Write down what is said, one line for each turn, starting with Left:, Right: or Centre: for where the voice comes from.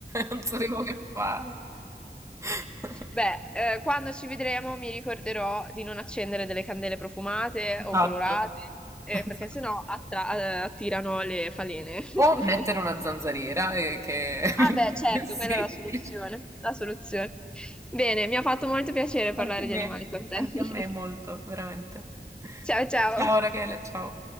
Right: <laughs> Non sapevo che fare. <laughs>
Centre: Beh, eh, quando ci vedremo mi ricorderò di non accendere delle candele profumate
Right: Esatto.
Centre: o colorate, eh,
Right: Esatto.
Centre: perché sennò attra- eh, attirano le falene. <laughs>
Right: O mettere una zanzariera, eh, che <laughs> è
Centre: Ah
Right: molto
Centre: beh, certo,
Right: più semplice.
Centre: quella è la soluzione, la soluzione. Bene, mi ha fatto molto piacere
Right: Anche
Centre: parlare
Right: a me,
Centre: di animali con te.
Right: anche
Centre: <laughs>
Right: a me molto, veramente.
Centre: Ciao ciao.
Right: Ciao Rachele, ciao.